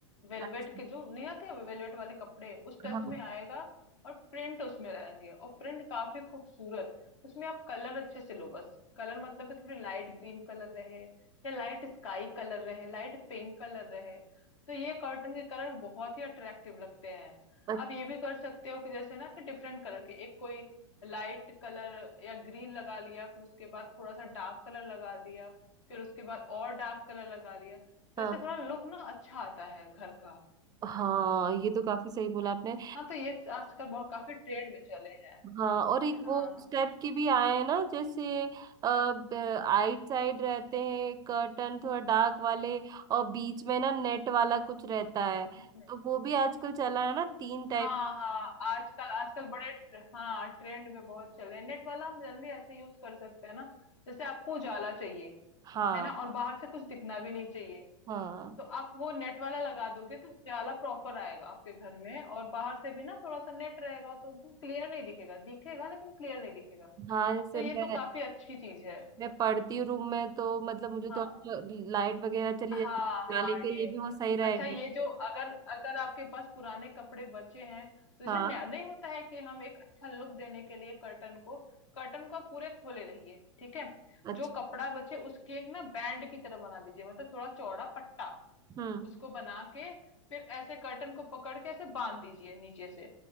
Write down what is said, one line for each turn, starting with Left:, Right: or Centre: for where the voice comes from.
Left: वेलवेट
Right: अच्छा
Left: के जो नहीं आते वेलवेट वाले कपड़े उस टच
Right: हाँ
Left: में आएगा और प्रिंट उसमें रहेंगे और प्रिंट काफी खूबसूरत उसमें आप कलर अच्छे से लो बस कलर मतलब कि थोड़ी लाइट ग्रीन कलर रहे या लाइट स्काई कलर रहे लाइट पिंक कलर रहे तो ये कॉटन के कलर बहुत ही अट्रैक्टिव लगते हैं
Right: अच्छा,
Left: आप ये भी कर सकते हो कि जैसे ना कि डिफरेंट कलर के एक कोई लाइट कलर या ग्रीन लगा लिया फिर उसके बाद थोड़ा सा डार्क कलर लगा लिया फिर उसके बाद और डार्क कलर लगा लिया तो
Right: हाँ
Left: ऐसे थोड़ा लुक ना अच्छा आता है घर का
Right: हाँ ये तो काफी सही बोला आपने
Left: हाँ तो ये आजकल बहुत काफी ट्रेंड में चले हैं
Right: हाँ और एक
Left: हाँ
Right: वो उस
Left: हाँ
Right: टाइप के भी आए हैं ना जैसे आइट साइड रहते हैं कर्टन थोड़ा डार्क वाले और बीच में ना नेट वाला कुछ रहता है
Left: हम्म।
Right: तो वो भी आजकल चला है ना तीन टाइप
Left: हाँ हाँ आजकल आजकल बड़े ट्र- हाँ ट्रेंड में बहुत चले हैं नेट वाला हम जनरली ऐसे यूज कर सकते हैं ना जैसे आपको उजाला चाहिए
Right: हाँ
Left: है ना और बाहर से कुछ दिखना भी नहीं चाहिए
Right: हाँ
Left: तो आप वो नेट वाला लगा दोगे तो उजाला प्रॉपर आएगा आपके घर में और बाहर से भी ना थोड़ा सा नेट रहेगा तो एकदम क्लियर नहीं दिखेगा दिखेगा लेकिन क्लियर नहीं दिखेगा
Right: हाँ जैसे
Left: तो ये
Right: मैं
Left: तो काफी अच्छी चीज है
Right: मैं पढ़ती हूँ रूम में तो मतलब मुझे
Left: हाँ
Right: तो अच्छा लाइट वगैरह चली
Left: हाँ
Right: जाती है
Left: हाँ
Right: जाने के
Left: ये
Right: लिए भी वो सही रहेगा
Left: अच्छा ये जो अगर अगर आपके पास पुराने कपड़े बचे हैं तो जैसे
Right: हाँ
Left: नया- नहीं होता है कि हम एक अच्छा लुक देने के लिए कर्टन को कर्टन को आप पूरे खोले रहिए ठीक है जो
Right: अच्छा
Left: कपड़ा बचे उसकी एक ना बैंड की तरह बना दीजिए मतलब थोड़ा चौड़ा पट्टा
Right: हम्म
Left: उसको बना के फिर ऐसे कर्टन को पकड़ के ऐसे बांध दीजिए नीचे से